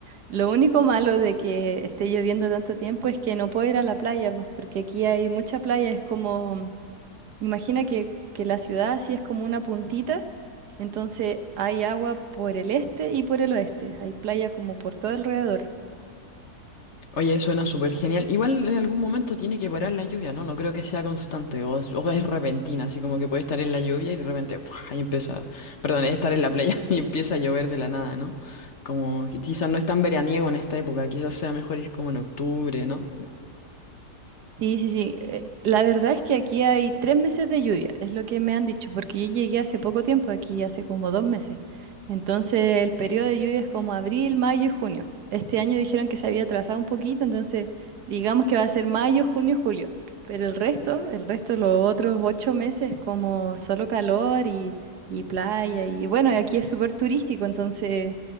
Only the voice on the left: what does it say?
Oye, suena súper genial. Igual en algún momento tiene que parar la lluvia, ¿no? No creo que sea constante o es, o es repentina, así como que puede estar en la lluvia y de repente, ¡fua! y empieza, perdón, estar en la playa <laughs> y empieza a llover de la nada, ¿no? Como qui- quizás no es tan veraniego en esta época, quizás sea mejor ir como en octubre, ¿no?